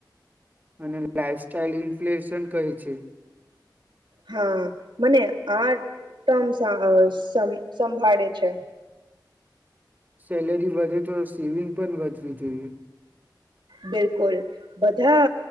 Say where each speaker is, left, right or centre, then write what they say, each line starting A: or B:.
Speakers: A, on the right; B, on the right.
A: હમ. લાઈફસ્ટાઈલ ઇલફ્લેશન કહી છે.
B: હા, મને આ ટમ સ, અ, સંભાળે છે.
A: સેલરી વધે તો સેવિંગ પણ વધે. હમ્મ.
B: બિલકુલ બધા